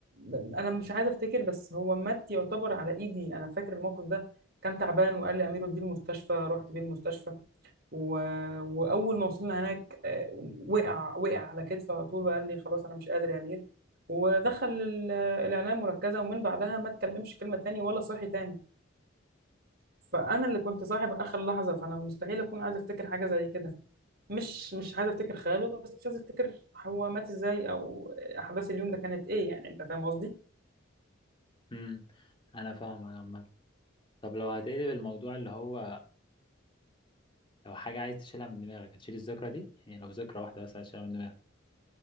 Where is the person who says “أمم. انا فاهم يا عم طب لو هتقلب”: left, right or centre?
Left